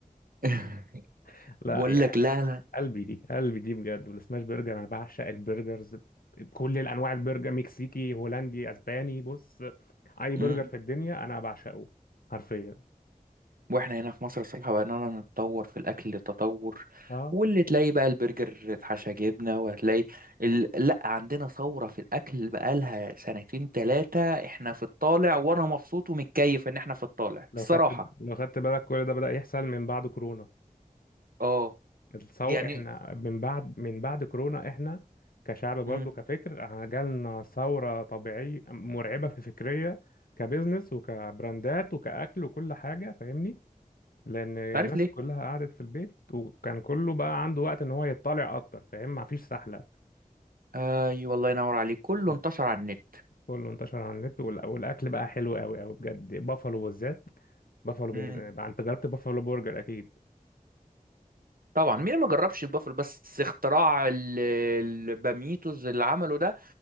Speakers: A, on the right; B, on the left.
A: <laughs>
B: <laughs> لا
A: بقول
B: يعني
A: لك لا
B: قلبي دي قلبي دي بجد والسماش برجر انا بعشق البرجرز بكل الانواع البرجر مكسيكي هولندي اسباني بص اي برجر
A: لا
B: في الدنيا انا بعشقه حرفيا
A: واحنا هنا في مصر الصراحة بقينا نتطور في الأكل تطور
B: اه
A: واللي تلاقي بقى البرجر اتحشى جبنة وهتلاقي ال... لأ عندنا ثورة في الأكل بقالها سنتين تلاتة احنا في الطالع وأنا مبسوط ومتكيف إن احنا في الطالع
B: لو
A: الصراحة
B: خدت لو خدت بالك كل ده بدأ يحصل من بعد كورونا
A: اه
B: الثور
A: يعني
B: احنا من بعد من بعد كورونا احنا كشعب برضه
A: امم
B: كفكر احنا جالنا ثورة طبيعية مرعبة في فكرية كبزنس وكبراندات وكأكل وكل حاجة فاهمني لان الناس
A: عارف ليه؟
B: كلها قعدت في البيت وكان كله بقى عنده وقت ان هو يطلع اكتر فاهم مفيش سحله
A: أي والله ينور عليك كله
B: بالظبط
A: انتشر على النت
B: كله انتشر على النت والأ- والاكل بقى حلو قوي قوي بجد بافالو بالذات بافالو بن-
A: مم.
B: بقى انت جربت بافالو برجر اكيد
A: طبعا مين ما جربش البافلو بس اختراع ال- الباميتوز اللي عمله ده